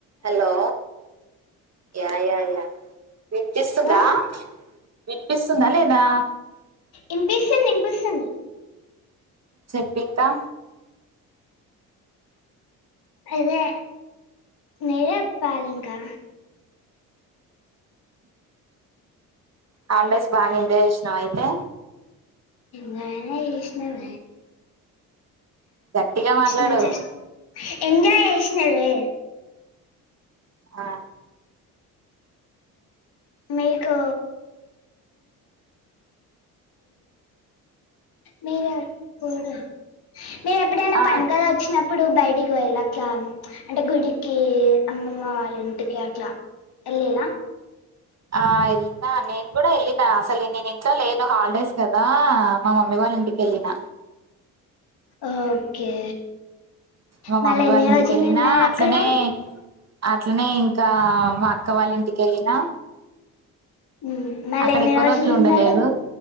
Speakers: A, on the right; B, on the left.
A: Hello యాయా yeah వినిపిస్తుందా
B: ఆ
A: వినిపిస్తుందా లేదా
B: ఇంపిస్తుంది. ఇంపిస్తుంది.
A: చెప్పింకా
B: అదే మీరే చెప్పాలి ఇంకా
A: హాల్డేస్ బాగా ఎంజాయ్ చేసినావా అయితే
B: బాణేచేసినం
A: గట్టిగా మాట్లాడు
B: నుంచి ఎంజాయ్ చేసినమే
A: ఆ
B: మీకు మీర ఎప్పుడు మీరు ఎప్పుడైనా
A: ఆ
B: పండుగ వచ్చినప్పుడు అప్పుడు బయటికి వెళ్ళి అట్లా అంటే గుడికి అమ్మమ్మ వాళ్ళ ఇంటికి అట్లా ఏళ్లిలా
A: ఆ వెళ్ళిన నేను కూడా వెళ్ళిన అసలు నేను ఇంట్లో లేను హాలిడేస్ కదా మా మమ్మీ వాళ్ళ ఇంటికి ఏళ్ళిన
B: ఓకే
A: మా
B: మళ్ళీ
A: మమ్మీ
B: ఎన్ని
A: వాళ్ళ ఇంటిక
B: రోజులు
A: వెళ్ళినా
B: ఉన్నారు
A: అట్లనే
B: అక్కడ
A: అట్లనే ఇంకా మా అక్కవాళ్ళ ఇంటికి వెళ్ళిన
B: మ్, మళ్ళీ
A: అక్కడ
B: ఎన్ని
A: ఎక్కువ రోజులు ఉండలేదు.
B: ఉన్నాడు